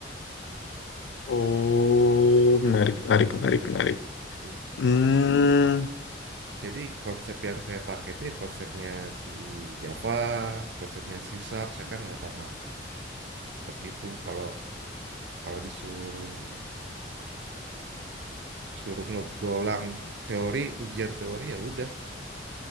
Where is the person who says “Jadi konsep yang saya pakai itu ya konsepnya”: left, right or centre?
Right